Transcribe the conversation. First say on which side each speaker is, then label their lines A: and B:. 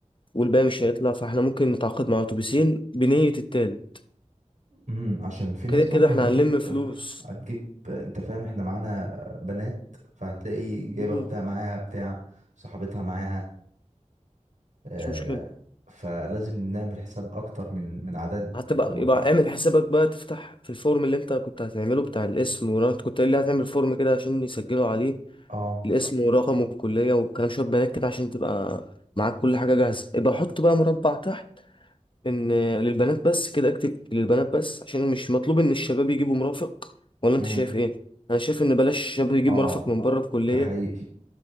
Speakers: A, on the left; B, on the right.
A: والباقي مش هيطلع فاحنا ممكن نتعاقد مع اتوبيسين بنية التالت
B: امم عشان في ناس
A: كده
B: برضو
A: كده احنا
B: هتجيب
A: هنلم فلوس
B: هتجيب انت فاهم احنا معانا بنات فهتلاقي جايبه
A: مم،
B: اختها معاها بتاع صاحبتها معاها آه
A: مش مشكلة
B: فلازم نعمل حساب اكتر من من عدد
A: هتبقى
B: المتوقع
A: يبقى اعمل حسابك بقى تفتح في الفورم اللي انت كنت هتعمله بتاع الاسم وانت كنت قايل لي هتعمل فورم كده عشان يسجلوا عليه
B: اه
A: الاسم ورقم الكلية والكلام شوية بيانات كده عشان تبقى معاك كل حاجة جاهزة يبقى حط بقى مربع تحت إن للبنات بس كده اكتب للبنات بس عشان مش مطلوب إن الشباب يجيبوا مرافق ولا أنت
B: امم
A: شايف إيه؟ أنا شايف إن بلاش الشباب يجيب
B: اه
A: مرافق من بره الكلية
B: ده حقيقي